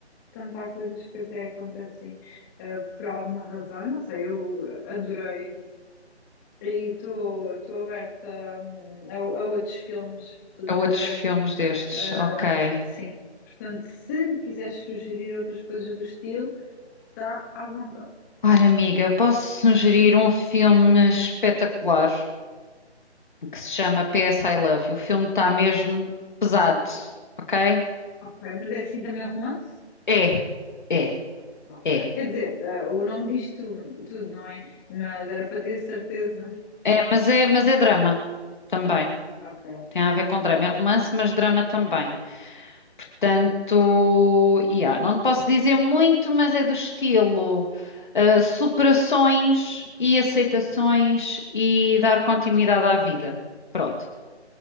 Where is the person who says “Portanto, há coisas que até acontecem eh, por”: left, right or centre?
Left